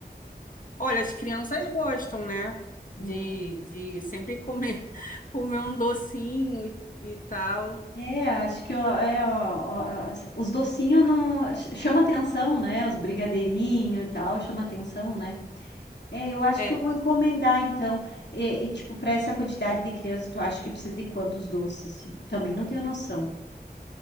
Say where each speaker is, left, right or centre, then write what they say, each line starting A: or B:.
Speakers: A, on the left (about 50°); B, on the left (about 85°).
A: olha, as crianças gostam, né?
B: Hum.
A: De, de sempre comer, <laughs> comer um docinho e, e tal.
B: É, acho que ó, é, ó, ó, os docinhos não chama atenção, né? Os brigadeirinhos e tal, chama atenção, né? É, eu acho
A: É,
B: que eu vou encomendar então. E, e, tipo, para essa quantidade de crianças, tu acha que precisa de quantos doces? Também não tenho noção.